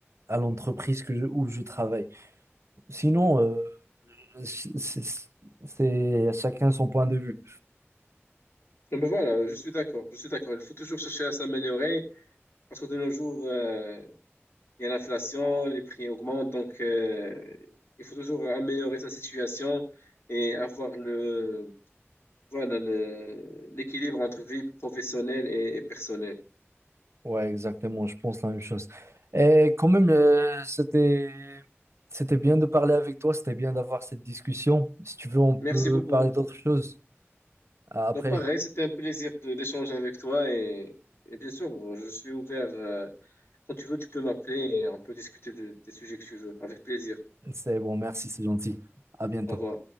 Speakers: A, on the right; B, on the left.
A: à l'entreprise que je- où je travaille. Sinon, euh, c'est c'est- c'est chacun son point de vue.
B: Bon, ben voilà, je suis d'accord, je suis d'accord. Il faut toujours chercher à s'améliorer parce que de nos jours, euh, il y a l'inflation, les prix augmentent, donc euh, il faut toujours améliorer sa situation et avoir le, voilà, le, l'équilibre entre vie professionnelle et, et personnelle.
A: Ouais, exactement, je pense la même chose. Et quand même, euh, c'était c'était bien de parler avec toi, c'était bien d'avoir cette discussion. Si tu veux, on peut
B: Merci beaucoup.
A: parler d'autres choses euh, après.
B: Donc pareil, c'était un plaisir de- d'échanger avec toi et, et bien sûr, je suis ouvert. euh, quand tu veux, tu peux m'appeler et on peut discuter de- des sujets que tu veux. Avec plaisir.
A: C'est bon, merci, c'est gentil. À bientôt.
B: Au revoir.